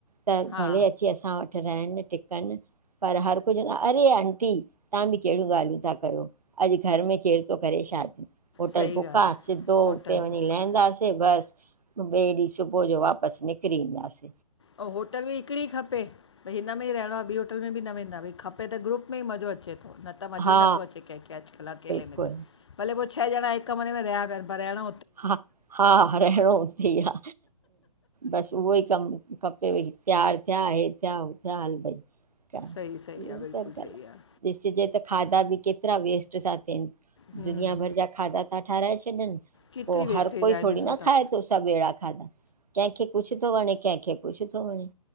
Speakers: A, on the right; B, on the left.
A: त
B: हा
A: भले अची असां वटि रहनि टिक कन पर हर कोई चवंदो आ अड़े आंटी तव्हां बि कहिड़ियूं ॻाल्हियूं था कयो? अॼ घर में केर थो करे शादी। होटल
B: सही
A: बुक
B: ॻाल्हि
A: आ,
B: आहे
A: सिधो
B: होटल
A: हुते वञी
B: बुक
A: लहंदास
B: आहे
A: बस। ॿिए ॾींह सुबुह जो वापस निकरी ईंदास।
B: ऐं होटल बि हिकड़ी ई खपे भई हिन में ई रहणो आ ॿी होटल में बि न वेंदा भई खपे पे त ग्रुप में ई मज़ो अचे थो न त मज़ो
A: हा
B: ईथो अचे कंहिंखे अॼकल अकेले
A: बिल्कुलु
B: में। भले पो छह जणा हिक कमरे में रहया पिया, पर रहणो
A: हा-हा रहिणो हुते ई आ। बस उहो ई कम खपेव, तयार थिया, इहे थिया, उह थिया हल भई। ठीक आ।
B: सही सही
A: इहो
B: आहे बिल्कुलु
A: त
B: सही आहे
A: ॾिसजे त खाधा बि केतरा वेस्ट था थियन।
B: हम्म
A: दुुनिया भर जा खाधा ता ठाराए छडन।
B: केतिरी
A: पो हर
B: वेस्टेज
A: कोई
B: आहे
A: थोरी
B: ॾिसो
A: न
B: था
A: खाए तो सभ अहिड़ा खाधा। कंहिंखे कुछ तो वणे, कंहिंखे कुछ तो वणे।